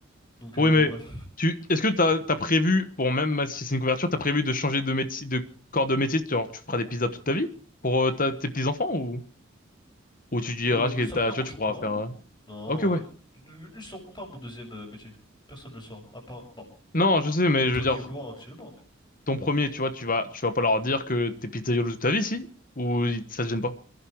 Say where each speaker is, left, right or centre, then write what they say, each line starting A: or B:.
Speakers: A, on the left; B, on the left.
A: Donc, euh,
B: Oui,
A: bon,
B: mais
A: bref.
B: tu, est-ce que t'as, t'as prévu, bon, même si c'est une couverture, t'as prévu de changer de métier, de corps de métier, genre, tu feras des pizzas toute ta vie? Pour euh, ta- tes petits-enfants ou, ou tu diras
A: Euh,
B: que
A: ça
B: t'as,
A: me dérange
B: tu vois, tu
A: pas.
B: pourras faire, euh,
A: Non,
B: Ok, ouais.
A: ils ils sauront pas mon deuxième euh, métier. Personne ne le saura, à part... Bon.
B: Non, je sais, mais
A: Il n'y a que
B: je
A: toi
B: veux dire,
A: qui est au courant actuellement, mais
B: ton premier, tu vois, tu vas, tu vas pas leur dire que t'es pizzaïolo toute ta vie, si? Ou ils- ça te gêne pas?